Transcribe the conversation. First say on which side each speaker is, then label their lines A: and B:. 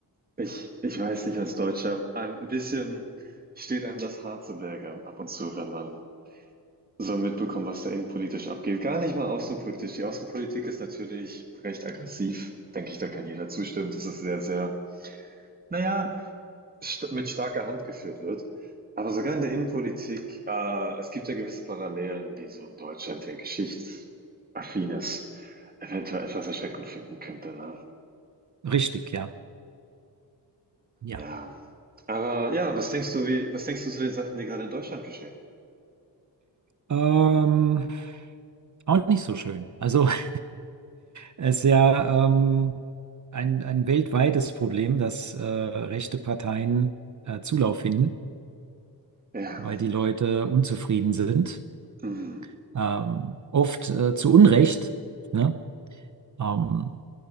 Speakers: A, on the right; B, on the right.
A: ich, ich weiß nicht, als Deutscher, ein bisschen steht einem das Haar zu Berge ab und zu, wenn man so mitbekommt, was da innenpolitisch abgeht. Gar nicht mal außenpolitisch. Die Außenpolitik ist natürlich recht aggressiv. Denke ich, da kann jeder zustimmen. Das ist sehr, sehr, naja, st mit starker Hand geführt wird. Aber sogar in der Innenpolitik, äh, es gibt ja gewisse Parallelen, die so in Deutschland, der geschichtsaffin ist, eventuell etwas erschreckend finden könnte. Ne?
B: Richtig, ja. Ja.
A: Ja. Aber ja, was denkst du, wie, was denkst du zu den Sachen, die gerade in Deutschland geschehen?
B: Ähm, auch nicht so schön. Also. <laughs> Es ist ja ähm, ein, ein weltweites Problem, dass äh, rechte Parteien äh, Zulauf finden,
A: Ja.
B: weil die Leute unzufrieden sind.
A: Mhm.
B: Ähm, oft äh, zu Unrecht, ne? Ähm,